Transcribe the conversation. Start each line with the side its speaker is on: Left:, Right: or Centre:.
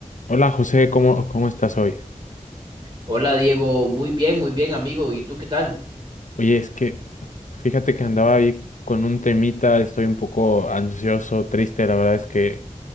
Left: Hola José, ¿cómo, cómo estás hoy?
Right: Hola Diego, muy bien, muy bien amigo, ¿y tú qué tal?
Left: Oye, es que fíjate que andaba ahí con un temita, estoy un poco ansioso, triste, la verdad es que,